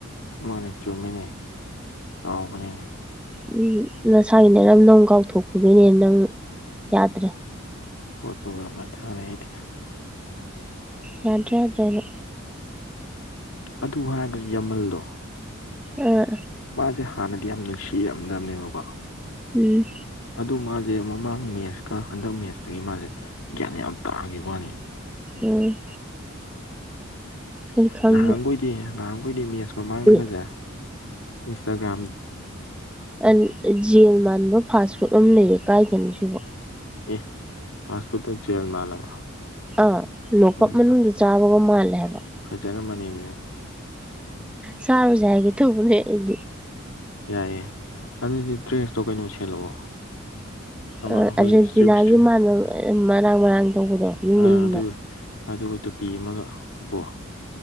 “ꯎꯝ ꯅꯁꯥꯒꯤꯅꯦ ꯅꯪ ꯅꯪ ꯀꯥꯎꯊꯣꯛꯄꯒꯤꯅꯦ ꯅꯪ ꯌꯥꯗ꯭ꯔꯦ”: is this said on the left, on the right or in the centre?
Centre